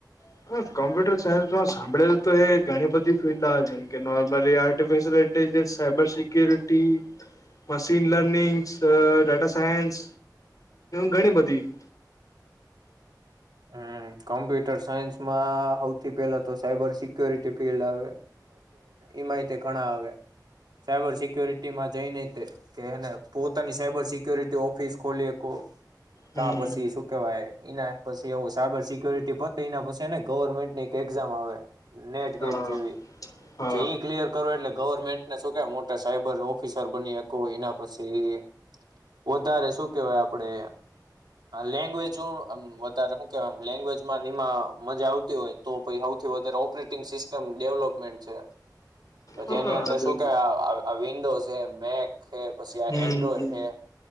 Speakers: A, on the left; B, on the right.
A: <unintelligible> કોમ્પ્યુટર સાયન્સમાં સાંભળેલ તો એ ઘણી બધી ફિલ્ડ આવે છેમ કે નોર્મલી આર્ટિફિશયલ જે cyber security machine learnings data science ઘણી બધી, <inaudible>
B: હમ્મ કોમ્પ્યુટર સાયન્સમાં સૌથી પેલા તો સાયબર સિક્યોરિટી ફિલ્ડ આવે, એમાય ઘણા હવે સાયબર સિક્યોરિટીમાં જઈને તે કે એને પોતાની સાયબર સિક્યોરિટી ઓફિસ ખોલીકો
A: હમ
B: કા પછી શું કેવાય એના પછી એવું સાયબર સિક્યોરિટી પો એના પછી ને ગવર્મેન્ટની એક એક્ઝામ આવે, નેટ
A: હા
B: ગેટ જેવી
A: હા
B: જે ઈ ક્લિયર કરો એટલે ગવર્મેન્ટને શું ક મોટા સાયબર ઓફિસર બની એના પછી વધારે શું કેવાય આપડે લેંગ્વેજ કે લેંગ્વેજમાં એમાં મજા આવતી હોય તો સૌથી વધારે ઓપરેટિંગ સિસ્ટમ ડેવલપમેન્ટ છે,
A: હા
B: જેની અંદર શું કેવાય વિન્ડો છે મેક હે, પછી આ
A: હમ
B: એન્ડ્રોઈડ
A: હમ
B: હે,